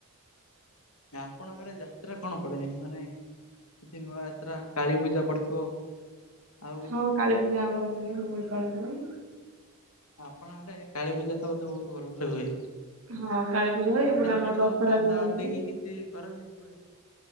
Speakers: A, on the left; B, on the right.
A: ଆପଣ ଆଡ଼େ ଯାତ୍ରା କଣ ପଡ଼େ? ମାନେ କିଛି ନୂଆ ଯାତ୍ରା କାଳୀ ପୂଜା ପଡ଼ିଥିବ। ଆଉ କିଛି
B: ହଁ କାଳୀ ପୂଜା ଆମର ହୁଏ। ମଙ୍ଗଳ ପାଳରେ।
A: ଆପଣଙ୍କ ଆଡ଼େ କାଳୀ ପୂଜା ତ ବୋଧେ ବହୁତ ଭଲରେ ହୁଏ।
B: ହଁ କାଳୀ ପୂଜା ହୁଏ ଏପଟେ
A: ତ
B: ଆମର
A: ସେମିତି
B: ଦଶହରା
A: କଣ ଚନ୍ଦା
B: ବି ଭଲ
A: ଦେଇକି
B: ହୁଏ।
A: କିଛି କରନ୍ତି କେବେ